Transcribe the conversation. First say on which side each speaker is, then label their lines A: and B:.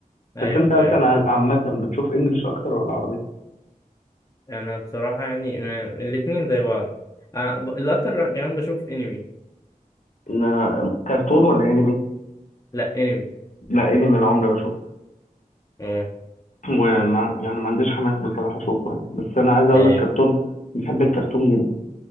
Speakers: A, on the left; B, on the left.
A: أيوه
B: بس انت
A: فعلا
B: مثلا ع- عامة بتشوف انجلش اكتر ولا عربي؟
A: أنا بصراحة يعني ما- الاتنين زي بعض آه، ب- الأكتر كمان بشوف أنمي
B: إن- كرتون ولا انمي
A: لأ أنمي
B: لا انمي انا عمري ما شفته
A: أه
B: ومع... يعني ما عنديش حماس بصراحه اشوفه يعني بس انا عايز اقول
A: أيوه
B: لك كرتون بحب الكرتون جدا